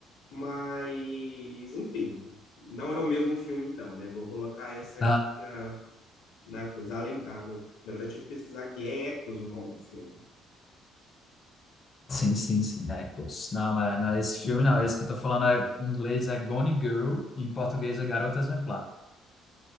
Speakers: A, on the left; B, on the left.
A: Mas, enfim, não é o mesmo filme, então, né? Vou colocar essa aqui
B: Ah,
A: na, na coisa. Além, ah, na verdade, tive que pesquisar aqui. É Ecos o nome do filme,
B: sim, sim, sim, Echoes. Não, é, não é esse filme, não. Esse que eu tô falando é, em inglês é Gone Girl, em português é Garota Exemplar.